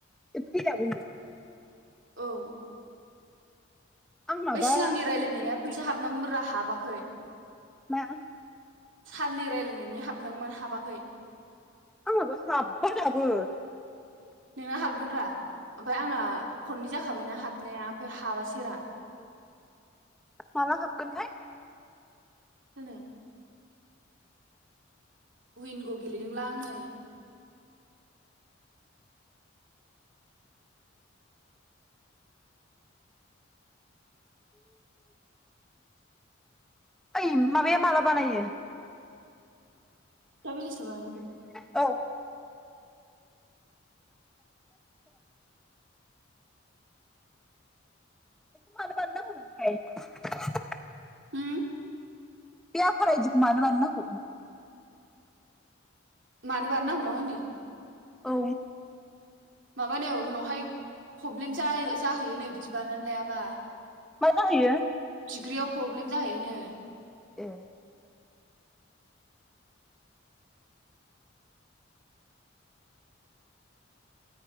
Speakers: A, in the centre; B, on the right.
A: ऐ फैलाबोमोन।
B: औ।
A: आंनाबा
B: ओमफ्राय सिगांनि रायज्लायनाया फैसा हाब गौ मोनरा हाबाखै।
A: मा?
B: साननै रायलायनायनि हाबनांगौमोन हाबाखै।
A: आंनाबो हाबा दाबो।
B: नोंना हाबगोन रा ओमफ्राय आंना खननै जाखाबायना हाबनाया ओमफ्राय हाबासै रा।
A: औ माला हाबगोनथाय?
B: जानो। उिंग' गेलेदों लां नै।
A: ओइ माबाया माला बानायो?
B: दा बेरासियाव बानायसै।
A: औ। बेखौ मानो बानायनांगौनो ओमफाय।
B: होम।
A: बे आफार आइ डिखौ मानो बानायनांगौ?
B: मानो बानो बानायनांगौना मा होनदों।
A: औ।
B: माबानो उनावहाय प्रब्लेम जा जाहैयोनो बिदि बानानानै लायाबा।
A: मा जाहैयो?
B: डिग्रियाव प्रब्लेम जाहैयोनो।
A: ए।